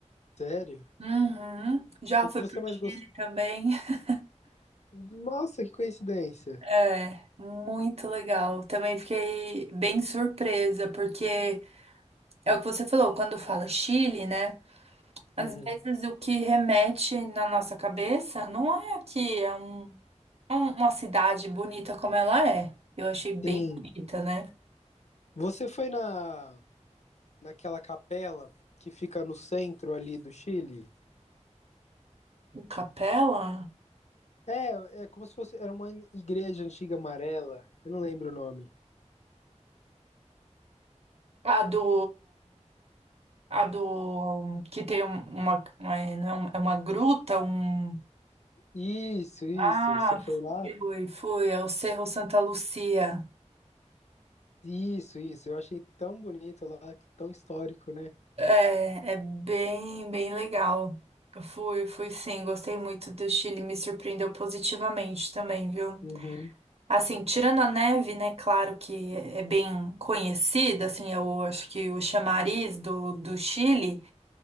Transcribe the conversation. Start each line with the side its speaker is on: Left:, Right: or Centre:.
Left: Sério?
Right: Uhum. Já
Left: O
Right: fui
Left: que você
Right: pro
Left: mais
Right: Chile
Left: gostou?
Right: também. <laughs>
Left: Nossa, que coincidência.
Right: É, muito legal. Também fiquei bem surpresa, porque é o que você falou, quando fala Chile, né? Às
Left: Uhum.
Right: vezes o que remete na nossa cabeça não é que é um, um- uma cidade bonita como ela é. Eu achei bem
Left: Sim.
Right: bonita, né?
Left: Você foi na naquela capela que fica no centro ali do Chile?
Right: Capela?
Left: É, é como se fosse era uma igreja antiga amarela. Eu não lembro o nome.
Right: A do. A do. Que tem um- uma. uma- não é uma é uma gruta, um.
Left: Isso, isso.
Right: Ah,
Left: Você foi lá?
Right: fui, fui. É o Cerro Santa Lucia.
Left: Isso, isso. Eu achei tão bonito lá, que tão histórico, né?
Right: É, é bem, bem legal. Eu Fui, fui sim. Gostei muito do Chile. Me surpreendeu positivamente também, viu?
Left: Uhum.
Right: Assim, tirando a neve, né? Claro que é bem conhecida, assim, eu acho que o chamariz do, do Chile.